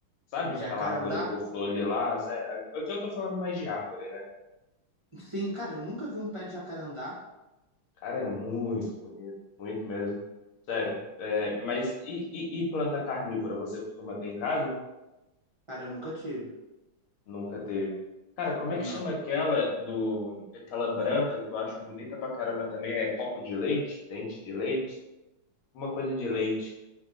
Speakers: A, on the left; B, on the right.
A: Sabe aquela
B: Jacarandá?
A: árvore com flor ali lá? Sério, aqui eu tô falando mais de árvore, né?
B: Sim, cara, eu nunca vi um pé de jacarandá.
A: Cara, é muito bonito, muito mesmo. Sério. É, mas e, e- e planta carnívora? Você costuma ter em casa?
B: Cara, eu nunca tive.
A: Nunca teve. Cara, como
B: Não.
A: é que chama aquela do, aquela branca que eu acho bonita pra caramba também? É copo de leite? Dente de leite? Uma coisa de leite.